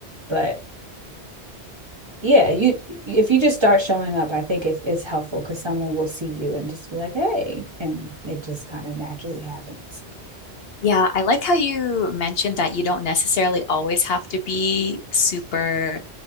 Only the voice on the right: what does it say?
but yeah, you if you just start showing up, I think it's it's helpful because someone will see you and just be like, "Hey," and it just kind of naturally happens.